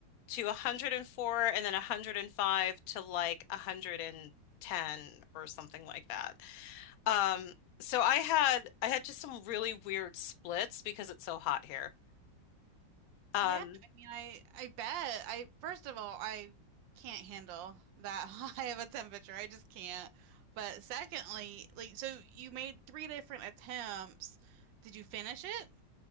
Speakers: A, on the left (about 70°); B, on the right (about 80°).
A: to 104, and then 105 to like 110 or something like that. Um, so I had I had just some really weird splits because it's so hot here. Um,
B: Yeah, I mean, I I bet. I first of all, I can't handle that <laughs> high of a temperature. I just can't. But secondly, like so you made three different attempts. Did you finish it?